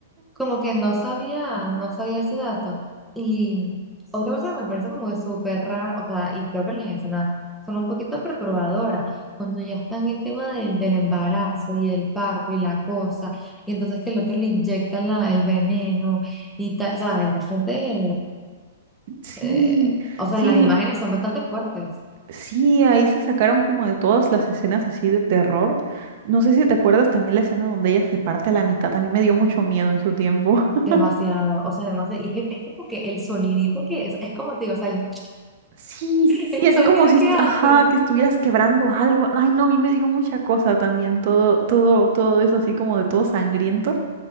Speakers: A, in the centre; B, on the right (about 45°).
A: como que no sabía, no sabía ese dato. Y otra cosa que me parece como que súper raro, o sea, y creo que las escenas son un poquito perturbadoras, cuando ya están en el tema del, del embarazo y el parto y la cosa, y entonces que el otro le inyecta la, el veneno y tal, ¿sabes? Bastante,
B: Sí,
A: eh, o sea,
B: sí,
A: las imágenes son bastante fuertes.
B: Sí, ahí se sacaron como de todas las escenas así de terror. No sé si te acuerdas también la escena donde ella se parte a la mitad. A mí me dio mucho miedo en su tiempo. <laughs>
A: Demasiado, o sea, demasiado, y es, es como que el sonidito que es, es como te digo, o sea, el,
B: Sí, sí, sí,
A: el
B: así
A: sonido
B: como si, est-
A: que hace.
B: ajá, que estuvieras quebrando algo. Ay, no, a mí me dio mucha cosa también, todo, todo, todo eso así como de todo sangriento.